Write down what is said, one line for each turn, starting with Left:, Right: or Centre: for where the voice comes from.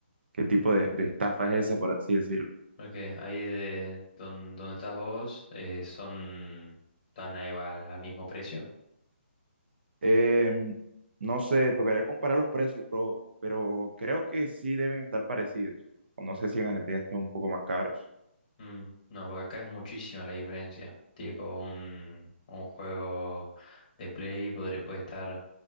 Right: qué tipo de, de estafa es esa, por así decirlo?
Left: Porque ahí de don- donde estás vos eh, son tan igual al mismo precio.
Right: Em, no sé, tocaría comparar los precios, pero, pero creo que sí deben estar parecidos. O no sé si en Argentina estén un poco más caros.
Left: Mm, No, porque acá es muchísima la diferencia. Tipo, un, un juego de Play podré- puede estar